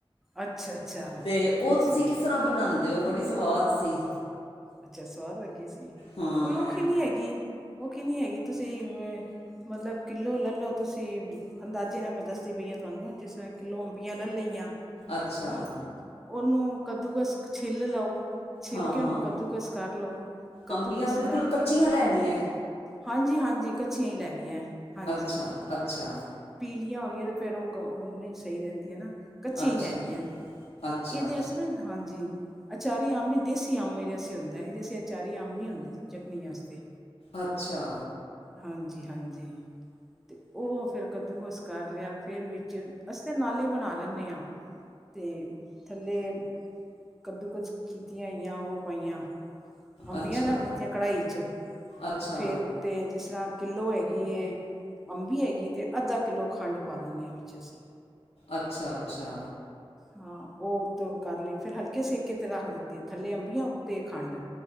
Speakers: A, in the centre; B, on the left (about 80°).
A: ਅੱਛਾ-ਅੱਛਾ, ਅੱਛਾ
B: ਤੇ ਉਹ,
A: ਅੱਛਾ
B: ਤੁਸੀਂ, ਕਿਸ ਤਰਾਂ ਬਣਾਉਂਦੇ ਹੋ? ਬੜੀ ਸਵਾੱਦ ਸੀ।
A: ਅੱਛਾ। ਸਵਾੱਦ ਲੱਗੀ ਸੀ।
B: ਹਾਂ
A: ਕੋਈ ਔਖੀ ਨਹੀਂ ਹੈਗੀ, ਔਖੀ ਨਹੀਂ ਹੈਗੀ, ਤੁਸੀਂ। ਮੱਤਲਬ, ਕਿੱਲੋ ਲੈ ਲਓ ਤੁਸੀਂ, ਅੰਦਾਜ਼ੇ ਨਾਲ, ਮੈਂ ਦੱਸਦੀ ਪਈ ਹਾਂ, ਤੁਹਾਨੂੰ ਜਿਸ। ਮੈਂ ਕਿਲੋੋ ਅਂਬੀਆਂ, ਲੈ ਲਈਆਂ। ਹੂੰ।
B: ਅੱਛਾ
A: ਉਹਨੂੰ ਕੱਦੂਕਸ, ਛਿੱਲ ਲਓ, ਛਿੱਲ
B: ਹਾਂ
A: ਕੇ
B: ਹਾਂ
A: ਉਹਨੂੰ ਕੱਦੂ ਕਸ, ਕਰ ਲਉ। ਕੱਦੂ
B: ਅੰਬੀਆਂ
A: ਕਸ,
B: ਬਿਲਕੁਲ
A: ਕਰ
B: ਕੱਚੀਆਂ
A: ਕੇ।
B: ਲੈਣੀ ਹੈ
A: ਹਾਂਜੀ- ਹਾਂਜੀ। ਕੱਚੀਆਂ ਹੀ, ਲੈਣੀਆਂ। ਹਾਂਜੀ।
B: ਅੱਛਾ ਅੱਛਾ
A: ਪੀਲੀਆਂ ਹੋਣਗੀਆਂ, ਤੇ ਫੇਰ, ਉਹ ਨਹੀਂ ਸਹੀ, ਰਹਿੰਦੀਆਂ ਨਾਂ। ਕੱਚੀਆਂ
B: ਅੱਛਾ
A: ਹੀ, ਲੈਣੀਆਂ।
B: ਅੱਛਾ
A: ਇਹਦੇ ਆਸਤੇ ਨਾ, ਹਾਂਜੀ। ਅਚਾਰੀ ਅੰਬ ਨੀ, ਦੇਸੀ ਅੰਬ ਇਹਦੇ ਵਾਸਤੇ ਹੁੰਦਾ। ਇਹਦੇ ਅਚਾਰੀ ਅੰਬ ਨਹੀਂ ਹੁੰਦੇ। ਚਟਨੀ ਵਾਸਤੇ।
B: ਅੱਛਾ।
A: ਹਾਂਜੀ- ਹਾਂਜੀ। ਤੇ ਉਹ, ਫੇਰ ਕੱਦੂ ਕਸ, ਕਰ ਲਿਆ। ਫਿਰ ਵਿੱਚ, ਅਸੀਂ ਤਾਂ ਨਾਲ ਹੀ ਬਣਾ ਲੈਂਦੇ ਹਾਂ। ਤੇ ਥੱਲੇ ਕੱਦੂ ਕਸ ਕੀਤੀਆਂ ਹੋਈਆਂ, ਉਹ ਪਾਈਆਂ ਅੰਬੀਆਂ
B: ਅੱਛਾ ਅੱਛਾ
A: ਰੱਖ ਦਿੱਤੀਆਂ ਕੱੜਾਹੀ ਵਿਚ
B: ਅੱਛਾ
A: ਫਿਰ ਅਤੇ ਜਿਸ ਤਰ੍ਹਾਂ ਕਿੱਲੋ ਹੈਗੀ ਏ। ਅੰਬੀ ਹੈਗੀ ਤੇ, ਅੱਧਾ ਕਿੱਲੋ, ਖੰਡ ਪਾ ਦਿੰਦੇ ਹਾਂ। ਵਿੱਚ ਅਸੀਂ।
B: ਅੱਛਾ। ਅੱਛਾ।
A: ਹਾਂ। ਉਹ ਤੋਂ ਕਰ ਲਈ। ਫੇਰ ਹਲਕੇ, ਸੇਕੇ ਤੇ ਰੱਖ ਦਿੱਤੀਆਂ। ਥੱਲੇ ਅੰਬੀਆਂ, ਉੱਤੇ ਖੰਡ।